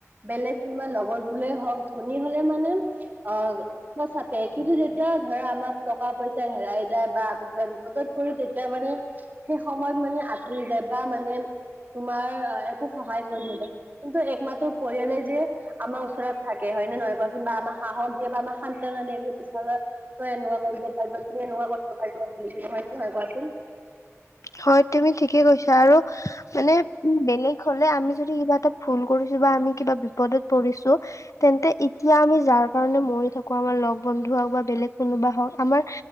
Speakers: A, on the right; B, on the left.
A: বেলেগ কোনোবা লগৰ বোলে হওঁক ধনী হলে মানে আহ ওচৰ চাপে কিন্তু যেতিয়া ধৰা আমাক টকা পইচা হেৰাই যায় বা আমি কিবা বিপদত পৰো তেতিয়া মানে সেই সময়ত মানে আঁতৰি যায় বা মানে তোমাৰ একো সহায় কৰি নিদিয়ে কিন্তু একমাত্ৰ পৰিয়ালে যে আমাৰ ওচৰত থাকে হয় নে নহয় কোৱাচোন বা আমাক সাহস দিয়ে বা আমাক সন্তনা দিয়ে যে পিছালৈ‌ তই এনেকুৱা কৰিব পাৰিবা তুমি এনেকুৱা কৰিব পাৰিবা বুলি হয়নে নহয় কোৱাচোন
B: হয় তুমি ঠিকেই কৈছা আৰু মানে উম বেলেগ হলে আমি যদি কিবা এটা ভুল কৰিছো বা আমি কিবা বিপদত পৰিছো তেন্তে এতিয়া আমি যাৰ কাৰণে মৰি থাকোৱা আমাৰ লগ বন্ধু হওক বা বেলেগ কোনোবা হওক আমাৰ